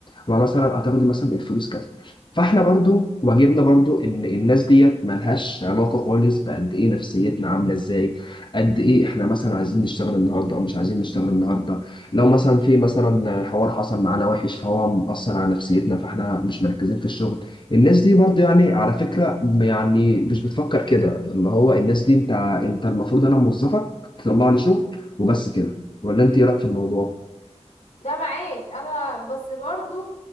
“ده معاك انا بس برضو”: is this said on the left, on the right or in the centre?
Left